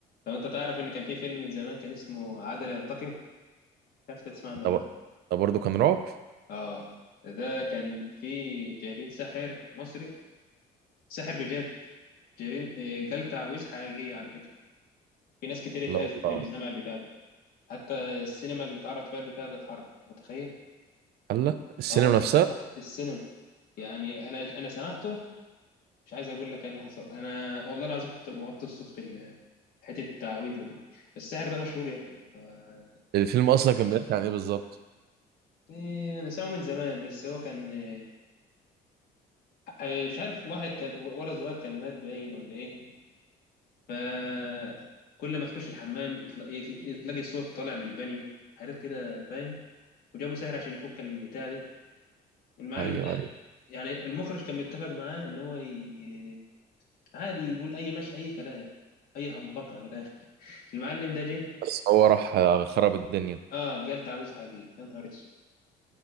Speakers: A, on the left (about 65°); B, on the right (about 70°).
A: لو انت تعرف ان كان في فيلم من زمان كان اسمه عدل ينتقم مش عارف إنت تسمع عنه ولا
B: ده
A: لا
B: ده برضه كان رعب
A: اه ده كان في جايبين ساحر مصري ساحر بجد جايبين إيه، جال تعويذ حقيقي على فكرة في ناس كتير اتأذت
B: لا والله
A: من اللي سمع البتاع ده حتى السينما اللي اتعرض فيها البتاع ده اتحرقت متخيل؟
B: هلا السينما
A: اه والله
B: نفسها
A: في السينما يعني انا انا سمعته مش عايز اقول لك ايه اللي حصل انا والله العظيم كنت موطي الصوت في ال- حتة التعويذة دي السحر ده مشهور يا ابني آه،
B: الفيلم اصلا كان بيحكي عن ايه بالظبط
A: إيه أنا سامعه من زمان بس هو كان إيه إيه، مش عارف واحد كان ولد صغير كان مات باين ولا إيه فكل ما تخش الحمام يتلا- يتلا- تلاقي صوت طالع من البانيو حاجات كده فاهم وجابه سهر عشان يفك البتاع دي المعلم
B: ايوه
A: ده
B: ايوه
A: يعني المخرج كان متفق معاه ان هو ي... عادي يقول اي مش اي كلام اي همبكه من الاخر المعلم ده جه
B: بس هو راح خرب الدنيا
A: اه قال تعويذ حقيقي يا نهار اسود